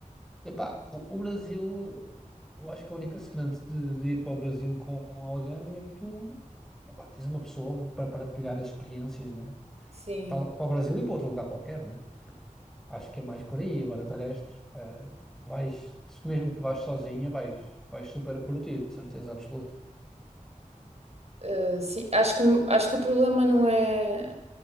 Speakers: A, in the centre; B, on the right.
A: Epá, o, o Brasil, eu acho que a única cena de, de- de ir para o Brasil com alguém é que tu, epá, tens uma pessoa para partilhar as experiências, né?
B: Sim.
A: Tal- Para o Brasil e para outro lugar qualquer, né? Acho que é mais por aí. Agora, de resto, eh, vais, se mesmo que vais sozinha, vais, vais super curtir, de certeza absoluta.
B: Uh, sim. Acho que, acho que o problema não é.